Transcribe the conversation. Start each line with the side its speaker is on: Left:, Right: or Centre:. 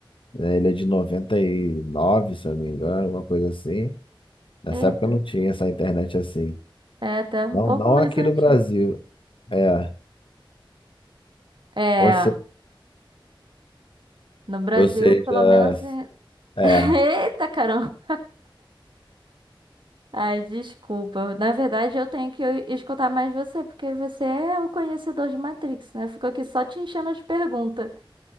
Left: É, Ele é de 99 se eu não me engano, uma coisa assim. Nessa
Right: Eita,
Left: época não tinha essa internet assim.
Right: é até um
Left: Não,
Right: pouco
Left: não
Right: mais
Left: aqui
Right: antigo.
Left: no Brasil. É,
Right: É,
Left: ou
Right: no Brasil,
Left: Ou seja,
Right: pelo menos. em-
Left: é.
Right: <laughs> Eita, caramba! Ai, desculpa. Na verdade, eu tenho que escutar mais você, porque você é o conhecedor de Matrix, né? Ficou aqui só te enchendo de pergunta.